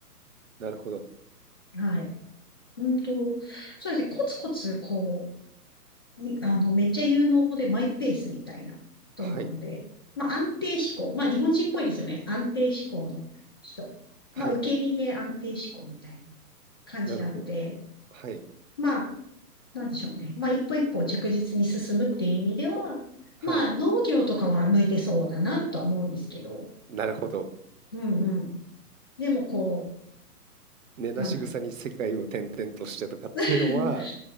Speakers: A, on the right (about 55°); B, on the left (about 15°).
A: なるほど。
B: はい。うんと、そうですね、コツコツ、こう、にあの、めっちゃ有能でマイペースみたいな人なので、
A: はい。
B: まあ、安定志向。まあ、日本人っぽいですよね。安定志向の人。
A: はいはい。
B: まあ、受け身で安定志向みたいな感じなので、
A: なるほど。はい。
B: まあ、なんでしょうね。まあ、一歩一歩着実に進むっていう意味では、
A: はい。
B: まあ、農業とかは向いてそうだなとは思うんですけど、
A: なるほど。
B: うんうん。でも、こ
A: 根なし草に世界を転々としてとかっていうのは、
B: う、なんだろう。<laughs>